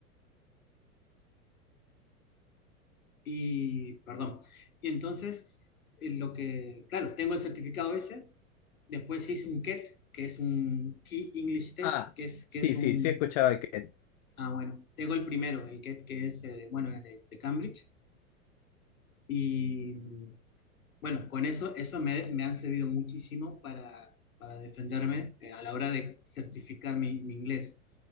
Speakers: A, on the left; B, on the left.
A: y, perdón, y entonces eh, lo que, claro, tengo el certificado ese Después hice un KET, que es un Key English Test,
B: Ah,
A: que es,
B: sí,
A: que es un...
B: sí, sí he escuchado de que...
A: Ah, bueno, tengo el primero, el KET, que es, eh, bueno, es de, de Cambridge. Y bueno, con eso, eso me, me han servido muchísimo para, para defenderme eh, a la hora de certificar mi, mi inglés.